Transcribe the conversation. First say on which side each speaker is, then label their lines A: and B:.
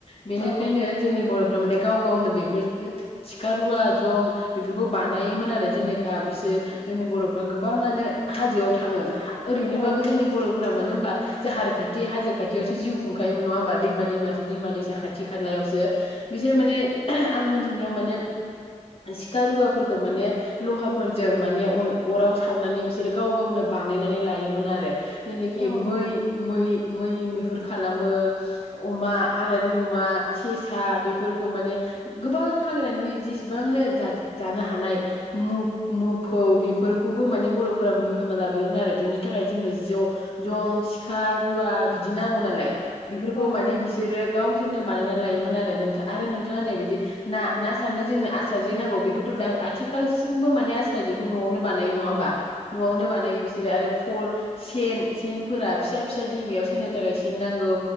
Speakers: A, on the left; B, on the left.
A: बेनिखायनो
B: औ
A: जोंनि बर'फ्रा माने गाव गावनो बेफोर थिखा रुवा जं बेफोरखौ बानायोमोन आरो जेनेखा बिसोर जोंनि बर'फ्रा गोबाङानो हाजोआव थाङो ओरैनोबाबो
B: औ
A: जोंनि बर'फ्रा मानो होनोमबा जाहार खाथि हाजो खाथियावसो जिउ खुंखायोमोन नङा होमबा? दैमा दैमा दैमा दैसा खाथि खालायावसो बिसोर माने आं मोन थिनियाव माने सिखा रुवाफोरखौ माने लहाफोरजों माने अन अराव सावनानै बिसोरो गाव गावनो बानायनानै लायो मोन आरो जेनेखि
B: औ
A: मै मै मै मैहुर खालामो अमा हाग्रानि अमा सेसा बेफोरखौ माने गोबां हाग्रानि जेसेबांनो जान जानो हानाय मोफौ बेफोरखौबो माने बर'फोरा मैहूर खालामा लाबोयोमोन आरो बिनि थाखाय जोंनो ज' जं सिखा रुवा बिदि नांगौ नालाय बिफोर खौ
B: औ
A: माने बिसोरो गावसोरनो बानायनानै लायोमोन आरो नोंथाङ आरो नोंथाङा नैबायदि ना ना सारनो जोंनो आस्रा जे नांगौ बेखौथ' दा आथिखालसिमबो माने आस्रा जेखौ न'आवनो बानायो नङा होमबा? न'आवनो बानायो बिसोरो आरो फल सेन सेनफोरा फिसा फिसा दैमायाव सनो थाखाय सेन नांगौ